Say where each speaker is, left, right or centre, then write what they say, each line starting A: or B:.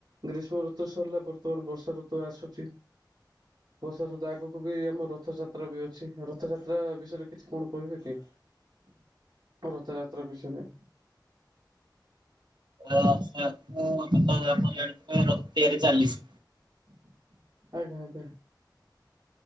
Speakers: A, on the right (about 60°); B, on the right (about 70°).
A: ଗ୍ରୀଷ୍ମ ଋତୁ ସରିଲା ବର୍ତ୍ତମାନ ବର୍ଷା ଋତୁ ଆସୁଛି। ବର୍ଷା ଋତୁ ଆଗକୁ ବି ଆମ ରଥଯାତ୍ରା ବି ଅଛି ରଥଯାତ୍ରା ବିଷୟରେ କିଛି କଣ କହିବେ କି? ରଥଯାତ୍ରା ପିଛରେ
B: ର ତ ଏ ବିଷୟରେ ଆପଣ ଜାଣିଥିଲେ ରଥ ତିଆରି ଚାଲିଛି।
A: ଆଜ୍ଞା ଆଜ୍ଞା।